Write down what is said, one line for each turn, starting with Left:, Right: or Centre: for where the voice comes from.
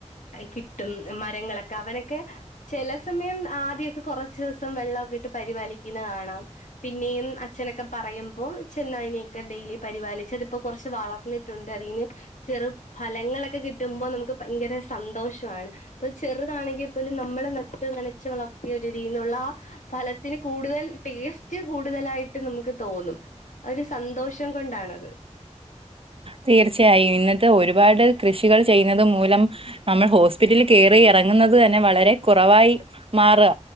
Left: കിട്ടും മരങ്ങളൊക്കെ അവനൊക്കെ ചെലസമയം ആദ്യൊക്കെ കുറച്ച്സം വെള്ളൊക്കാ യിട്ട് പരിപാലിക്കുന്നെ കാണാം പിന്നെയും അച്ഛനൊക്കെ പറയുമ്പൊ ചെന്നതിനെയൊക്കെ ഡെയ്‌ലി പരിപാലിച്ച് അതിപ്പൊ കുറച്ച് വളർന്നിട്ടുണ്ട് അതിന്ന് ചെറു ഫലങ്ങളൊക്കെ കിട്ടുമ്പോ നമുക്ക് ഭയങ്കര സന്തോഷമാണ് ഇപ്പൊ ചെറുതാണെങ്കിപോലും നമ്മള് നട്ടുനനച്ച് വളർത്തിയ ചെടിയിന്നുള്ള ഫലത്തിന് കൂടുതൽ ടേസ്റ്റ് കൂടുതലായിട്ട് നമുക്ക്തോന്നും ഒരു സന്തോഷം കൊണ്ടാണത്
Right: തീർച്ചയായും ഇന്നത്തെ ഒരുപാട് കൃഷികൾ ചെയ്യുന്നുന്നത് മൂലം നമ്മൾ ഹോസ്പിറ്റലിൽ കേറി ഇറങ്ങുന്നത് തന്നെ വളരെ കുറവായി മാറ്ആ